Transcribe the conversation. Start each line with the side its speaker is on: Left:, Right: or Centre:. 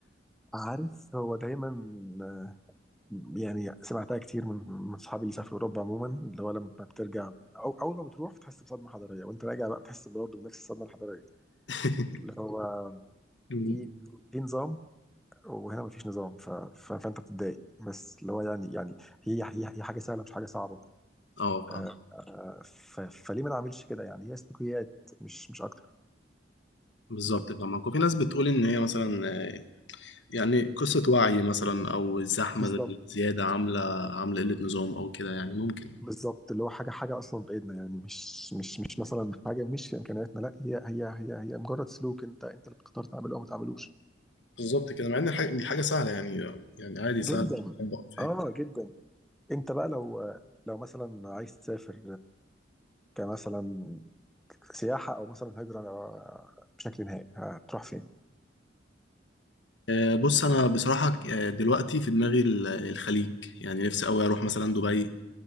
Centre: عارف هو دايما آه، يعني سمعتها كتير من من أصحابي اللي سافروا أوروبا عموما اللي هو لما بترجع أو أول ما بتروح بتحس بصدمة حضارية وأنت راجع بقى بتحس برضه بنفس الصدمة الحضارية
Left: <laughs>
Centre: اللي هو
Left: مم.
Centre: في في نظام وهنا مفيش نظام ف... ف... فأنت بتتضايق بس اللي هو يعني يعني هي هي هي حاجة سهلة مش حاجة صعبة
Left: أه فاهم
Centre: آه، ف... فليه ما نعملش كده يعني هي سلوكيات مش مش أكتر
Left: بالظبط
Centre: ب-
Left: فاهمك وفي ناس بتقول إن هي مثلا آه، يعني قصة وعي مثلا أو الزحمة
Centre: بالظبط
Left: الزيادة عاملة عاملة قلة نظام أو كده يعني ممكن
Centre: بالظبط اللي هو حاجه حاجه اصلا بايدنا يعني مش مش مش مثلا حاجه مش في امكانياتنا لا هي هي هي هي مجرد سلوك انت انت اللي بتختار تعمله او ما تعملوش
Left: بالظبط كده مع إن الح- دي حاجة سهلة يعني يعني عادي سهل
Centre: جدا
Left: تطبق،
Centre: اه جدا انت بقى لو لو مثلا عايز تسافر كمثلا سياحه او مثلا هجره بشكل نهائي هتروح فين؟
Left: آه، بص انا بصراحه آه، دلوقتي في دماغي ال- الخليج يعني نفسي قوي اروح مثلا دبي